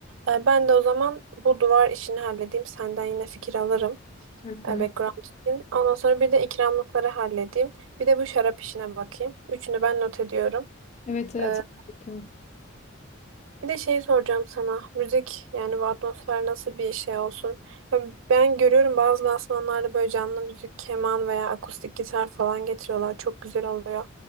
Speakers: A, on the right; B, on the left.
A: E, ben de o zaman bu duvar işini halledeyim. Senden yine fikir alırım.
B: Hı hı.
A: E, background için. Ondan sonra bir de ikramlıkları halledeyim. Bir de bu şarap işine bakayım. Üçünü ben not ediyorum.
B: Evet evet.
A: E,
B: harika.
A: bir de şey soracağım sana. Müzik yani bu atmosfer nasıl bir şey olsun? Ya Ben görüyorum bazı lansmanlarda böyle canlı müzik, keman veya akustik gitar falan getiriyorlar. Çok güzel oluyor.